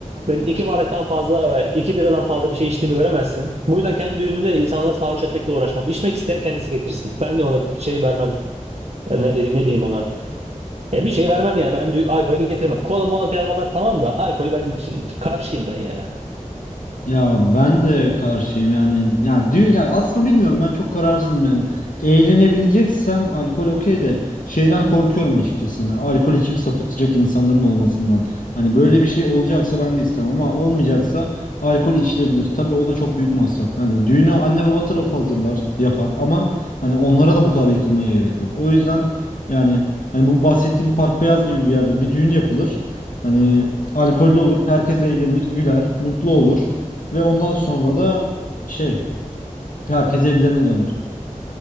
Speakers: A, on the right; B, on the left.
A: Benim iki bardaktan fazla ve iki biradan fazla bir şey içtiğimi göremezsin. Bu yüzden kendi düğünümde insanları sarhoş etmekle uğraşmam. İçmek isteyen kendisi getirsin. Ben de orada şey vermem. Ya ne, diyeyim- ne diyeyim ona? Ya bir şey vermem yani. Ben dü- alkolü getirmem. Kola mola falan onlar tamam da alkolü benim için karşıyım ben ya.
B: Ya ben de karşıyım yani. Ya düğün ya aslında bilmiyorum ben çok kararsızım yani. Eğlenebileceksem alkol okey de şeyden korkuyorum açıkçası. Hani alkol içip sapıtacak insanların olmasından. Hani böyle bir şey olacaksa ben de istemem ama olmayacaksa alkol içilebilir. Tabii o da çok büyük masraf. Yani düğünü anne baba tarafı hazırlar, yapar ama hani onlara da bu kadar yıkılmaya gerek yok. O yüzden yani hani bu bahsettiğin Park Beyaz gibi bir yerde bir düğün yapılır. Hani alkollü olur, herkes eğlenir, güler, mutlu olur. Ve ondan sonra da şey herkes evlerine döner.